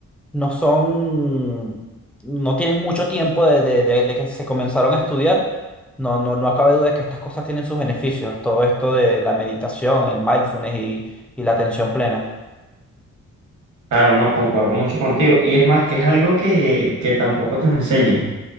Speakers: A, in the centre; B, on the right.
A: no son, no tienen mucho tiempo de, de- de- de que se comenzaron a estudiar, no, no, no cabe duda de que estas cosas tienen sus beneficios. Todo esto de la meditación, el mindfulness y, y la atención plena.
B: Claro, no, concuerdo mucho contigo. Y es más, que es algo que, que tampoco te enseñan.